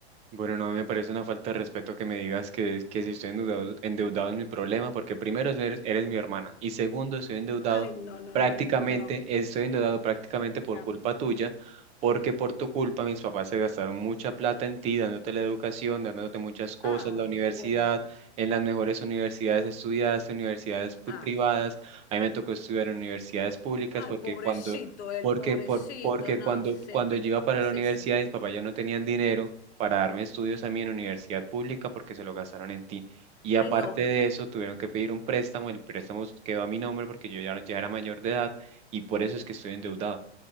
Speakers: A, on the right; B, on the left.
A: Bueno, no me parece una falta de respeto que me digas que, que si estoy endeudado, endeudado es mi problema, porque primero eres, eres mi hermana y segundo estoy endeudado
B: Ay, no, no,
A: prácticamente,
B: no, no, no, no.
A: estoy endeudado prácticamente por
B: No.
A: culpa tuya, porque por tu culpa mis papás se gastaron mucha plata en ti, dándote la educación, dándote muchas cosas,
B: Ah,
A: la universidad,
B: bueno.
A: en las mejores universidades estudiaste, universidades pu-
B: Ah.
A: privadas, a mí me tocó estudiar en universidades públicas
B: Ay,
A: porque
B: pobrecito,
A: cuando...
B: el
A: Porque,
B: pobrecito,
A: por, porque
B: no
A: cuando,
B: sé.
A: cuando yo iba para
B: Sí,
A: la
B: sí,
A: universidad,
B: sí.
A: mis papás ya no tenían dinero para darme estudios a mí en universidad pública porque se lo gastaron en ti. Y
B: Ay,
A: aparte
B: no, no.
A: de eso, tuvieron que pedir un préstamo, el préstamo quedó a mi nombre porque yo ya, ya era mayor de edad y por eso es que estoy endeudado.